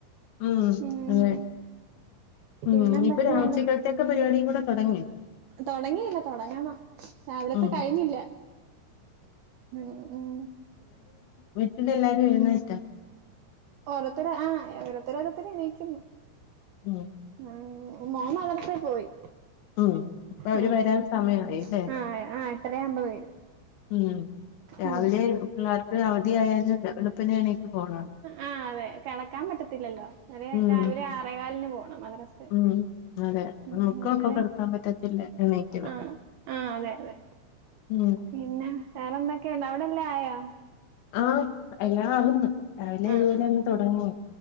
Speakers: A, on the left; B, on the right.
A: ഉം
B: ഉം
A: അതെ ഉം
B: പിന്നെന്തൊക്കെയുണ്ട്
A: ഇപ്പൊ രാവ്‌ ഉച്ചക്കൽത്തെ പരിപാടിയും കൂടെ തുടങ്ങി
B: തൊടങ്ങിയില്ല തൊടങ്ങണം രാവിലത്തെ
A: ഉം
B: കഴിഞ്ഞില്ല ഉം ഉം
A: വീട്ടില് എല്ലാരും എഴുന്നേറ്റാ
B: ഓരോത്തര് ആ ഓരോ ഓരോത്തര് ഓരോത്തര് എണീക്കുന്നു
A: ഉം
B: ആ മോൻ മദ്രസേ പോയി
A: ഉം ഇപ്പൊ അവര്
B: ഉം
A: വരാൻ
B: ഉം
A: സമയമായി ല്ലേ
B: ആഹ് ആഹ് എട്ടരയാവുമ്പോ വരും
A: ഉം രാവിലെ
B: ഉം
A: പിള്ളേർക്ക് അവധിയായാല് വെളുപ്പിനെ എണ്ണീറ്റ് പോണം
B: ആ അതെ കെടക്കാൻ പറ്റത്തില്ലല്ലോ ഒരെ
A: ഉം
B: രാവിലെ ആറേ കാലിന് പോൺ മദ്രസെ
A: ഉം അതെ
B: ഉം
A: നമുക്കും
B: അങ്ങനെ
A: അപ്പൊ കിടക്കാൻ പറ്റത്തില്ല എണീറ്റില്ല
B: ആ ആ അതെ അതെ
A: ഉം
B: പിന്നെ വേറെന്തൊക്കെയുണ്ട് അവിടെല്ലാം ആയാ
A: ആഹ് എല്ലാ ആകുന്ന് രാവിലെ
B: ആഹ്
A: <unintelligible> തൊടങ്ങി